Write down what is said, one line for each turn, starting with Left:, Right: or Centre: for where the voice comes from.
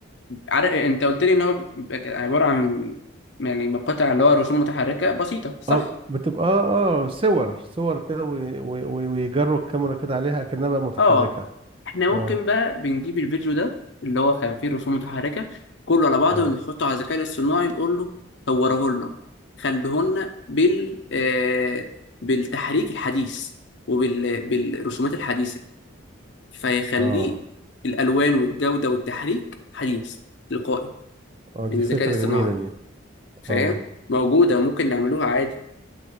Left: عارف انت قلت لي ان هو بيبقى عباره عن يعني مقاطع اللي هو رسوم متحركه بسيطه صح
Right: اه بتبقى اه آه، صور صور كده و... و... و- ويجروا الكاميرا كده عليها أكنها بقى متحركة
Left: اه احنا ممكن
Right: اه
Left: بقى بنجيب الفيديو ده اللي هو كان فيه رسوم متحركة كله على بعضه
Right: اه
Left: ونحطه على الذكاء الاصطناعي نقول له صوره لنا خليه لنا بال آه بالتحريك الحديث وبال بالرسومات الحديثة فيخليه
Right: اه
Left: الألوان والجودة والتحريك حديث تلقائي
Right: اه دي
Left: من الذكاء
Right: فكرة
Left: الاصطناعي
Right: جميلة دي
Left: فاهم
Right: اه
Left: موجودة ممكن نعملوها عادي